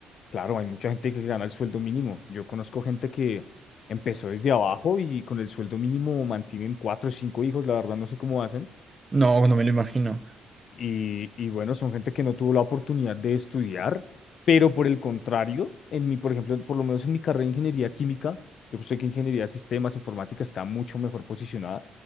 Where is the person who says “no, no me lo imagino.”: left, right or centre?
Right